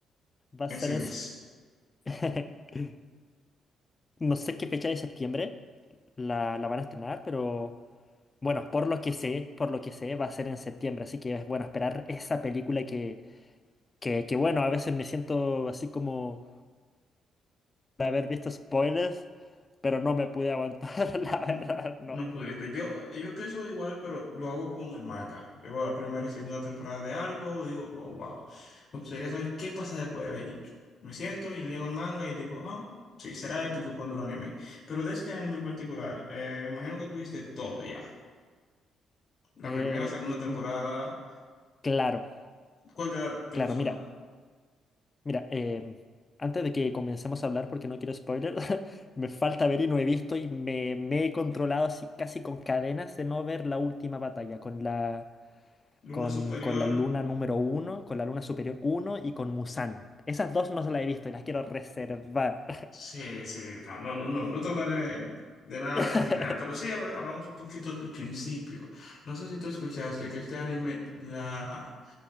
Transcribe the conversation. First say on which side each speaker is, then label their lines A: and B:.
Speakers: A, on the left (about 25°); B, on the left (about 45°).
A: Va
B: en
A: a ser
B: cines.
A: en... s- <laughs> No sé qué fecha de septiembre la, la van a estrenar, pero bueno, por lo que sé, por lo que sé, va a ser en septiembre. Así que es bueno esperar esa película que, que, que bueno, a veces me siento así como de haber visto spoilers, pero no me pude aguantar, <laughs> la
B: <laughs>
A: verdad, no.
B: No pudiste. Yo, yo pienso igual, pero lo hago con el manga. Yo veo la primera y segunda temporada de algo, digo, oh, wow. Me gustaría saber qué pasa después. Y me siento y leo el manga y digo, ah, sí, será épico cuando lo animen. Pero de este anime en particular, eh, me imagino que tuviste todo ya. La
A: Eh,
B: primera, segunda temporada.
A: mm, claro,
B: ¿Cuál te, te
A: claro,
B: gustó
A: mira.
B: más?
A: Mira, em, antes de que comencemos a hablar, porque no quiero spoiler, <laughs> me falta ver y no he visto y me, me he controlado así casi con cadenas de no ver la última batalla con la,
B: ¿Luna
A: con,
B: Superior?
A: con la luna número uno, con la luna superior uno y con Musan. Esas dos no se las he visto y las quiero reservar.
B: Sí, sí, no, no, no, no, no te hablaré de, de nada
A: <laughs>
B: del final, pero sí habla- hablamos un poquito del principio. No sé si tú escuchaste que este anime, la,